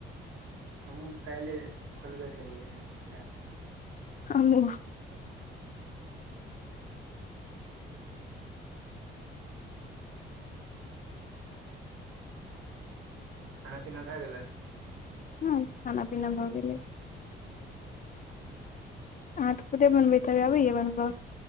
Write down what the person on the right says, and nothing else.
हम कएले खोलबे केलियए है एप
खाना पीना भए गेलै।